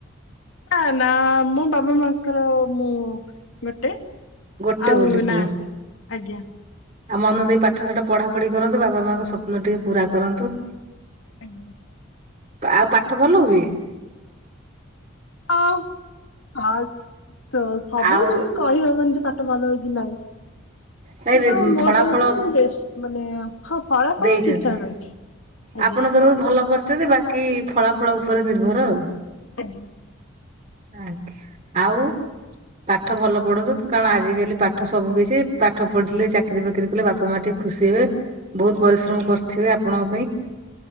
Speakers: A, on the left; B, on the right.
A: ନାଆ ନା ମୋ ବାବା ମାଆଙ୍କର ମୁଁ ଗୋଟେ।
B: ଗୋଟେ
A: ଆଉ
B: ବୋଲି ପୁଅ
A: ନାହାନ୍ତି, ଆଜ୍ଞା।
B: ଆଉ ମନ ଦେଇ ପାଠସାଠ ପଢାପଢି କରନ୍ତୁ, ବାବା ମାଆଙ୍କ ସ୍ୱପ୍ନ ଟିକେ ପୁରା କରନ୍ତୁ।
A: ଆଜ୍ଞା।
B: ଆଉ ପାଠ ଭଲ ହୁଏ?
A: ଆଉ, ଆଉ ସେ ସବୁ
B: ଆଉ
A: <unintelligible> ସେମିତି କହି ହବନି ଯେ ପାଠ ଭଲ ହୁଏକି ନାଇଁ।
B: ନାଇଁ
A: କିନ୍ତୁ
B: ରେ-
A: ମୋ
B: ଫଳାଫଳ
A: ତରଫରୁ ମୁଁ ବେଷ୍ଟ୍, ମାନେ ହଁ ଫଳାଫଳ
B: ଦେଇଛନ୍ତି।
A: ଠିକଠାକ୍ ଅଛି। ଆଜ୍ଞା।
B: ଆପଣ ତରଫରୁ ଭଲ କରିଛନ୍ତି ବାକି ଫଳା ଫଳ ଉପରେ ନିର୍ଭର ଆଉ।
A: ଆଜ୍ଞା।
B: ଆଜ୍ଞା ଆଉ ପାଠ ଭଲ ପଢନ୍ତୁ କାରଣ ଆଜିିକାଲି ପାଠ ସବୁ କିଛି ପାଠ ପଢିଲେ ଚାକିରି ବାକିରି କୋଇଲେ ବାପା ମା ଟିକେ ଖୁସି ହବେ। ବହୁତ ପରିଶ୍ରମ କରିଥିବେ ଆପଣଙ୍କ ପାଇଁ